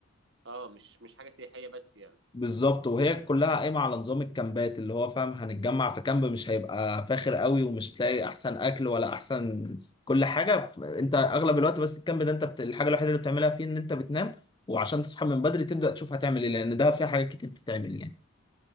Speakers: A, on the right; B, on the left.
A: اه مش مش حاجه سياحيه بس يعني
B: بالظبط وهي كلها قايمه على نظام الكامبات اللي هو فاهم هنتجمع في كامب مش هيبقى فاخر قوي ومش تلاقي احسن اكل ولا احسن كل حاجه ف- انت اغلب الوقت بس الكامب ده انت بت... الحاجه الوحيده اللي بتعملها فيه ان انت بتنام وعشان تصحى من بدري تبدا تشوف هتعمل ايه لان ده فيه حاجات كتير تتعمل يعني